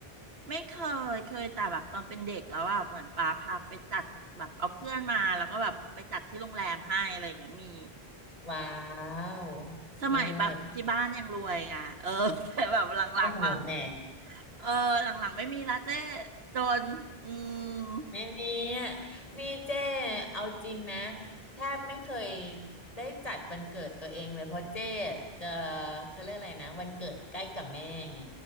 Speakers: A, on the right; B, on the left.
A: ไม่เคย เคยแต่แบบตอนเป็นเด็กแล้วอ่ะเหมือนป้าพาไปจัดแบบเอาเพื่อนมาแล้วก็แบบไปจัดที่โรงแรมให้อะไรอย่างเงี้ยมี
B: ว้าว
A: สมัยแบบที่บ้านยังรวยไงเออ
B: เลิศ
A: <laughs> แต่แบบหลังๆมา
B: โอ้โหแหม
A: เออหลังๆไม่มีละเจ้จนอื
B: <laughs>
A: ม
B: ไม่มีอ่ะนี่เจ้เอาจริงนะแทบไม่เคยได้จัดวันเกิดตัวเองเลยเพราะเจ้จะเขาเรียกอะไรนะวันเกิดใกล้กับแม่ไง